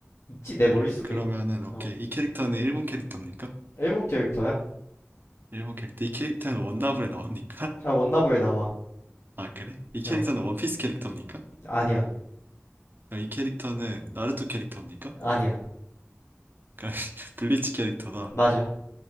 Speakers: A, on the left; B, on the right.
A: 있지 내
B: 그래?
A: 머릿속에.
B: 그러면은 오케이
A: 어.
B: 이 캐릭터는 일본 캐릭터입니까?
A: 앨범 캐릭터야.
B: 일본 캐릭터 이 캐릭터는 원나블에 나옵니까?
A: 아,
B: <laughs>
A: 원나블에 나와.
B: 아 그래? 이 캐릭터는
A: 어.
B: 원피스 캐릭터입니까?
A: 아니야.
B: 그럼 이 캐릭터는 나루토 캐릭터입니까?
A: 아니야.
B: <laughs> 블리치 캐릭터다.
A: 맞아.